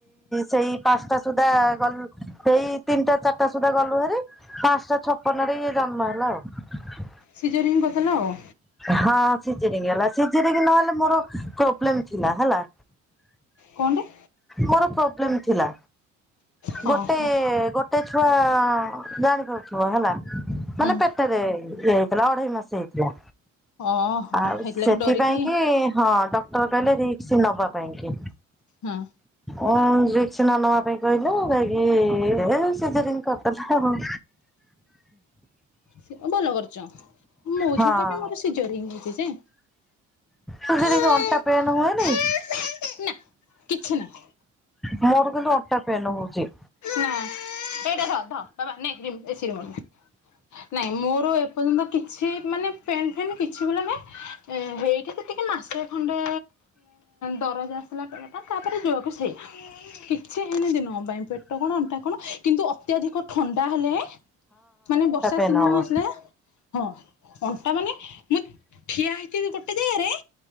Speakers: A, in the centre; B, on the left.
A: ସେଇ ପାଞ୍ଚଟା ସୁଦ୍ଧା ଗଲୁ ସେଇ ତିନିଟା ଚାରିଟା ସୁଦ୍ଧା ଗଲୁ ହାରି। ପାଞ୍ଚଟା ଛପନ ରେ ଇଏ ଜନ୍ମ ହେଲା ଆଉ।
B: ସିଜରିଙ୍ଗି କରିଦେଲ ଆଉ?
A: ହଁ ସିଯେରିଙ୍ଗି ହେଲା ସିଯେରିଙ୍ଗି ନହେଲେ ମୋର ପ୍ରୋବ୍ଲେମ ଥିଲା ହେଲା।
B: କଣ୍ଟେ?
A: ମୋର ପ୍ରୋବ୍ଲେମ ଥିଲା
B: ହଁ
A: ଗୋଟେ
B: ହଁ
A: ଗୋ ଗୋଟେ ଛୁଆ ଜାଣିପାରୁଥିବ ହେଲା ମାନେ
B: ହୁଁ
A: ପେ ପେଟରେ ଇଏ ହେଇଥିଲା ଅଢେଇ ମାସ ହେଇଥିଲା।
B: ଓହୋ
A: ଆଉ
B: ହେଇଥିଲାଗି
A: ସେଥିପାଇଁ
B: ଡରିକି
A: କି ହଁ ଡକ୍ଟର କହିଲେ ରିକସ ନବା ପାଇଁ କି।
B: ହଁ।
A: ଅ ରିକ୍ସ ନ ନବା ପାଇଁ କହିଲେ ଯାଇକି ଏ ସିଯରିଂ କରିଦେ। <unintelligible>
B: ସେ ଭଲ କରିଚ ମୋ
A: ହଁ
B: ଝିଅ ଟା ବି ମୋର ସିଜରିଙ୍ଗି ହେଇଚି ଯେ।
A: ସିଯେରିଂ
B: ଏବେ
A: ଅଣ୍ଟା ପେନେ ହୁଏନି?
B: ନା କିଛି ନାହିଁ
A: ମୋର କିନ୍ତୁ ଅଣ୍ଟା ପେନ୍ ହଉଚି।
B: ନାଏଇଟା ଧ ଧ ବାବା ନେ ରି ଏସି ରିମୋଟ। ନାଇଁ ମୋର ଏପର୍ଯ୍ୟନ୍ତ କିଛି ମାନେ ପେନ୍ ଫେନ୍ କିଛି ବୋଲି ନା। ହେଇଠି ଯେତିକି ମାସେ ଖଣ୍ଡେ ଦରଜ ଆସିଲା ପେଟଟା ତାପରେ ଯୋଉୟା କୁ ସେୟା। କିଛି ହେଇନି ଦିନକ ପାଇଁ ପେଟ କଣ ଅଣ୍ଟା କଣ? କିନ୍ତୁ ଅତ୍ୟଧିକ ଥଣ୍ଡା ହେଲେ ମାନେ ବର୍ଷା
A: ପେନେ
B: ସିନ
A: ହବ।
B: ଆସିଲେ ହଁ ଅଣ୍ଟା ମାନେ ମୁଁ ଠିଆ ହେଇଥିବି ଗୋଟେ ଜାଗାରେ